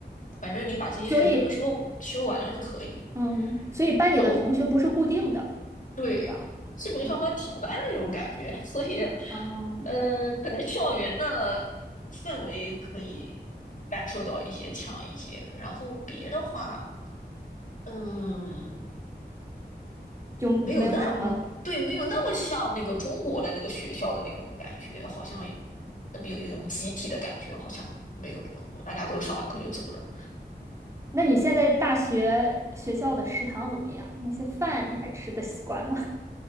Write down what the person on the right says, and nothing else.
<laughs> 所以嗯，所以班里的同学不是固定的，
对吧？
嗯
嗯，
就没有什么。
那你现在大学学校的食堂怎么样？那些饭你还吃得习惯吗？